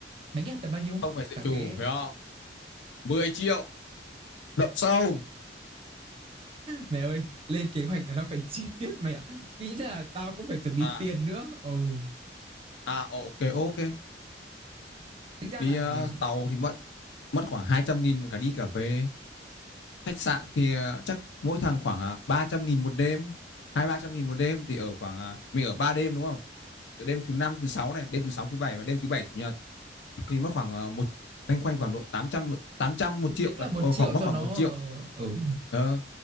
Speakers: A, on the right (about 30°); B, on the left (about 80°).
A: mày nghĩ là tầm bao nhiêu
B: không phải dự
A: cả
B: trù,
A: vé
B: hiểu không? 10 triệu, đậu sâu.
A: mẹ ơi lên kế hoạch là nó phải <laughs> chi tiết mày ạ ý là tao cũng phải chuẩn bị
B: À,
A: tiền nữa ừ
B: à ok ok.
A: tính ra
B: Đi
A: là
B: ờ, tàu thì mất mất khoảng 200 nghìn một cả đi cả về. Khách sạn thì ờ, chắc mỗi thằng khoảng uh, 300 nghìn một đêm, hai ba trăm nghìn một đêm thì ở khoảng ờ, mình ở 3 đêm đúng không? Ở đêm thứ năm, thứ sáu này, đêm thứ sáu, thứ bảy và đêm thứ bảy chủ nhật thì mất khoảng ờ, một loanh quanh khoảng độ tám trăm một triệu
A: tính
B: ờ,
A: là một
B: ờ,
A: triệu
B: khoảng mất
A: cho
B: khoảng
A: nó
B: một triệu
A: ờ, ừ
B: ờ,